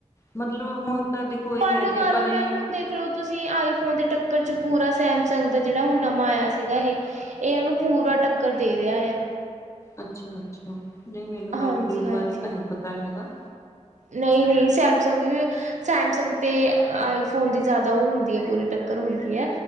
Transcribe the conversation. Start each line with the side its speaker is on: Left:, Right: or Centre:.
Left: ਮਤਲਬ ਹੁਣ ਤਾਂ ਦੇਖੋ ਇਹ
Right: ਪਰ
Left: ਹੈ
Right: ਲਗਾ
Left: ਜੀ ਆਪਾਂ
Right: ਲੋੋ
Left: ਨੇ
Right: ਮੈਮ ਹੁਣ ਦੇਖ ਲਓ ਤੁਸੀਂ ਆਈਫੋਨ ਦੇ ਟੱਕਰ 'ਚ ਪੂਰਾ ਸੈਮਸੰਗ ਦਾ ਜਿਹੜਾ ਹੁਣ ਨਵਾਂ ਆਇਆ ਸੀਗਾ। ਇਹ ਇਹ ਉਹਨੂੰ ਪੂਰਾ ਟੱਕਰ ਦੇ ਰਿਹਾ ਏ।
Left: ਅੱਛਾ- ਅੱਛਾ ਨਹੀਂ ਮੈਨੂੰ ਤਾਂ
Right: ਹਾਂਜੀ
Left: ਉਸ ਚੀਜ਼
Right: ਹਾਂਜੀ
Left: ਬਾਰੇ ਤਾਂ ਨਹੀਂ ਪਤਾ ਹੈਗਾ।
Right: ਨਹੀਂ- ਨਹੀਂ ਸੈਮਸੰਗ ਵੀ। ਸੈਮਸੰਗ - ਆਈਫੋਨ ਦੀ ਜ਼ਿਆਦਾ ਉਹ ਹੁੰਦੀ ਹੈ। ਪੂਰੀ। ਟੱਕਰ ਹੁੰਦੀ।